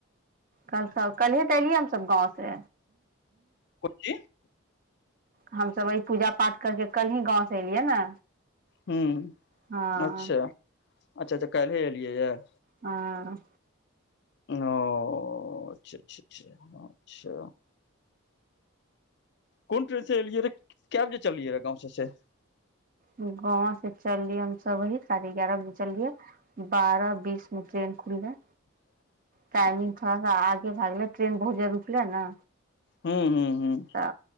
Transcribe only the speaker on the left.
कोन ची
हूंम्म
अच्छा अच्छा अच्छा कल्हिये एलियै यऽ
ओ अच्छा अच्छा अच्छा कोन ट्रेन से एलियै रहे कै बजे चलियै रहे गाँंव सँ से
<inaudible>
हूँ, हूँ, हूँ।